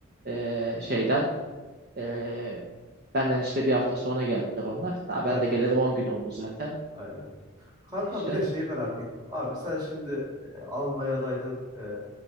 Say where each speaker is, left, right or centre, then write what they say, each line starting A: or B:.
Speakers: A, on the right; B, on the right.
A: Ee, şeyden ee, benden işte bir hafta sonra geldiler onlar. Daha
B: Evet.
A: ben de geleli
B: Evet.
A: 10 gün oldu zaten.
B: Aynen. Kankam
A: İşte.
B: bir de şeyi merak ettim. Abi sen şimdi e, Almanya'daydın. e,